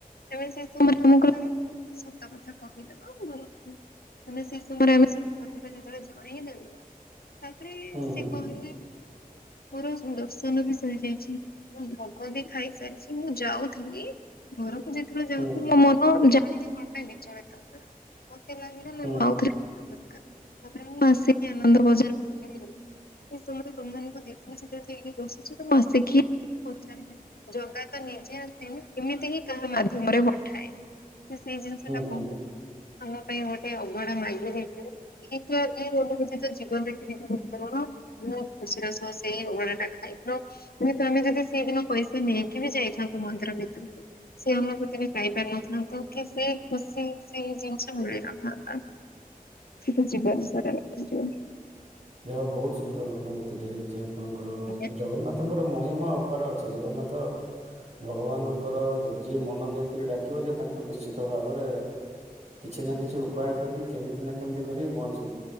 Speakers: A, on the left; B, on the right.
A: ତେବେ ସେ ସମୟରେ ଆମୁକୁ ଲାଗିଲା <inaudible> ସତ କଥା କହିଦବା <unintelligible> ମାନେ ସେ ସମୟରେ ଆମେ ସତ କଥାଟା ଯେତୋଳେ ଜଣେଇ ଦେଲୁ ତାପରେ ସିଏ
B: ହୁଁ
A: କହିଲେ ମୋର ଦର୍ଶନ ବି ସରିଯାଇଛି ମୁଁ ଭୋଗ ବି ଖାଇସାରିଚି ମୁଁ ଯାଉଥିଲି ଘରକୁ ଯେତୋଳେ ଯାଉଥିଲ
B: ହୁଁ
A: ମୋ ମନ ଜାଣିନି କଣ ପାଇଁ ବିଚଳିତ ହେଲା? ମତେ ଲାଗିଲା ନାଇଁ
B: ହୁଁ
A: ମୁଁ ଆଉ ଥରେ <inaudible> ଦେଖା ତାପରେ ମୁଁ ଆସିକି ଆନନ୍ଦ ବଜାର ବୁଲି ଆସିଲି। ସେ ସମୟରେ ତମମାନଙ୍କୁ ଦେଖିଲି ସିଧା ସେଇଠି ବସିଛ ତ ମୁଁ ଆସିକି ପଚାରିଲି ଜଗା ତ ନିଜେ ଆସେନି ଏମିତି ହିଁ କାହା ମାଧ୍ୟମରେ ପଠାଏ। ସେ ସେଇ ଜିନିଷଟା
B: ହୁଁ ହୁଁ
A: କହୁ ଆମ ପାଇଁ ଗୋଟେ ଅବଡ଼ା ମାଗି ଦେଇଥିବେ। ଏଇ ତ ଏଇ ଅନୁଭୂତି ତ ଜୀବନରେ କେବେ ବି ଭୁଲି ପାରିବୁନୁ ବୋହୁତ ଖୁସିର ସହ ସେଇ ଅବଡ଼ାଟା ଖାଇ ଇଥ ଯେହେତୁ ଆମେ ଯଦି ସେଇଦିନ ପଇସା ନେଇକି ବି ଯାଇଥାନ୍ତୁ ମନ୍ଦିର ଭିତୁରୁକୁ ସିଏ ଆମ ପ୍ରତି ବି ପାଇପାରିନଥାନ୍ତୁ କି ସେଇ ଖୁସି ସେଇ ଜିନିଷ ମିଳିନଥାନ୍ତା। ତ ଜୀବନ ସାରା ରହିଯିବ।
B: ଯାହା ହଉ ବହୁତ ସୁନ୍ଦର ଅନୁଭୂତିଟେ ହେଇଚି ଆପଣଙ୍କର
A: ଆଜ୍ଞା।
B: ଜଗନ୍ନାଥଙ୍କର ମହିମା ଅପାର ଅଛି ଜଗନ୍ନାଥ ଭଗବାନଙ୍କର ଯେ ଯିଏ ମନ ଦେଇକିରି ଡାକିବ ସେ ତାଙ୍କୁ ନିଶ୍ଚିତ ଭାବରେ କିଛି ନାଁ କିଛି ଉପାୟ କରି କେମିତି ନାଁ କେମିତି କରି ପହଞ୍ଚେ।